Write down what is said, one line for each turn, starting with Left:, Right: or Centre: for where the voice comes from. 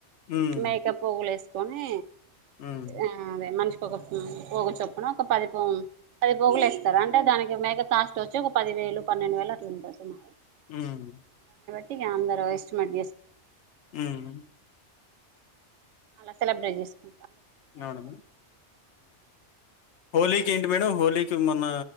Left: హ్మ్.
Right: మేక పగులు వేసుకొని
Left: హ్మ్.
Right: ఆ అదే మనిషి ఒక పోగు చొప్పున ఒక పది ప పది పోగులు ఇస్తారు అంటే దానికి క మెగ కాస్ట్ వచ్చి ఒక పది వేలు పన్నెండు వేల అటువ ఉంటు మా
Left: హ్మ్
Right: క అందా వయిస్ట్ మస్
Left: హ్మ్
Right: అలా సెలబ్రేట్ చేసుకు
Left: అవున హోలీకి ఏంటి మేడం హోలీకి మొన్న